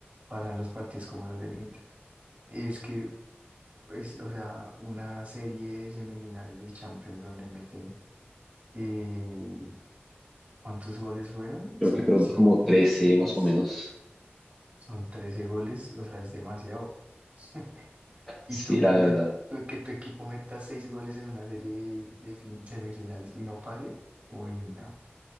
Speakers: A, on the right (about 30°); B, in the centre.
A: pasan los partidos como los del Inter. Es que, pues, o sea, una serie de semifinales de Champions donde meten, eh, ¿cuántos goles fueron?
B: Creo
A: Son
B: que fueron
A: siete,
B: como 13
A: seis,
B: más o menos.
A: son trece goles, o sea, es demasiado. <laughs> Y
B: Sí,
A: tú meter,
B: la verdad.
A: tú- que tu equipo meta seis goles en una serie de, fin- semifinales y no pase, uy, no.